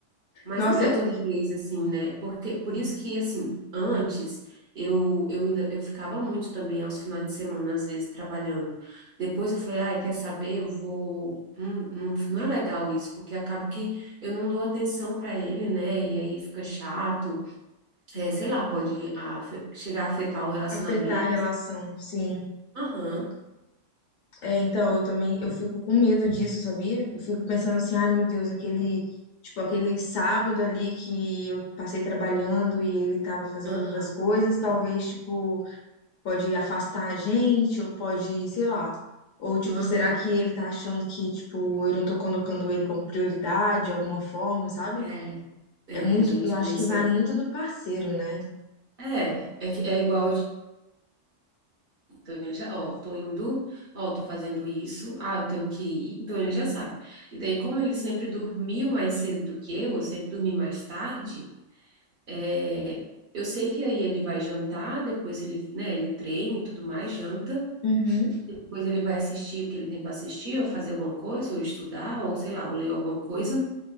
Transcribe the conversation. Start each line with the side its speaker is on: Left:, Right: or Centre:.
Right: mas
Left: Nossa,
Right: não é toda vez assim, né? Porque por isso que assim, antes eu eu ainda eu ficava muito também aos finais de semana às vezes trabalhando. Depois eu falei, ai, quer saber? Eu vou hum, hum, não é legal isso, porque acaba que eu não dou atenção para ele, né? E aí fica chato. É, sei lá, pode afe- chegar a afetar o relacionamento.
Left: afetar a relação, sim.
Right: Aham,
Left: É, então, eu também, eu fico com medo disso, sabia? Eu fico pensando assim, ai meu Deus, aquele, tipo, aquele sábado ali que eu passei trabalhando e ele tava fazendo
Right: aham,
Left: outras coisas, talvez, tipo, pode afastar a gente, ou pode, sei lá. Ou, tipo,
Right: aham.
Left: será que ele tá achando que, tipo, eu não tô colocando ele como prioridade de alguma forma, sabe?
Right: É, é,
Left: É muito,
Right: a gente
Left: eu acho
Right: pensa,
Left: que vai muito do parceiro, né?
Right: é, é que é igual eu Então, ele já, ó, tô indo, ó, tô fazendo isso, ah, eu tenho que ir. Então, ele já sabe. E daí, como ele sempre dormiu mais cedo do que eu, eu sempre dormi mais tarde, é, eu sei que aí ele vai jantar, depois ele, né, ele treina e tudo mais, janta,
Left: Uhum,
Right: depois ele vai assistir o que ele tem para assistir, ou fazer alguma coisa, ou estudar, ou sei lá, ou ler alguma coisa.